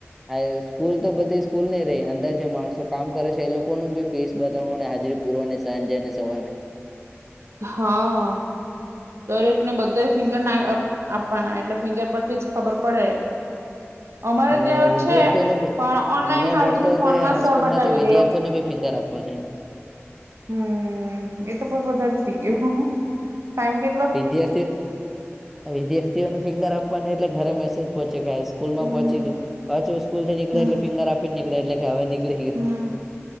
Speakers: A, in the centre; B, on the right.
A: હાય સ્કૂલ તો બધી સ્કૂલ નહી રહી, અંદર જે માણસો કામ કરે છે એ લોકો નુ બી ફીસ બતાવવા ને હાજરી પુરવાની સાંજેને સવારે
B: હા. દરેકને બધા ફિંગર ના અપ આપવાના એટલે ફિંગર પરથી જ ખબર પડે.
A: <inaudible>
B: અમારે
A: ને
B: ત્યાં
A: વિદ્યાર્થીઓને
B: છે
A: બી
B: પણ ઓનલાઈન
A: અ મેં
B: હાજરી
A: ભણતો હતો
B: ફોનમાં
A: એ હાઈસ્કૂલ
B: સર બતાવી
A: માં તો વિદ્યાર્થીઓને બી ફિંગર આપવાની <inaudible>
B: હમ્મ એતો પણ વધારે થઈ ગયું, ટાઈમ કે
A: વિદ્યાર્થીઓ વિદ્યાર્થીઓને ફિંગર આપવાની એટલે ઘરે મેસેજ પહોચે કે આ સ્કૂલમાં
B: હમ
A: પહોચી ગયો, પાછું સ્કૂલથી નીકળે
B: હમ
A: એટલે ફિંગર આપીને નીકળે એટલે કે હવે નીકળી ગયો.
B: હમ્મ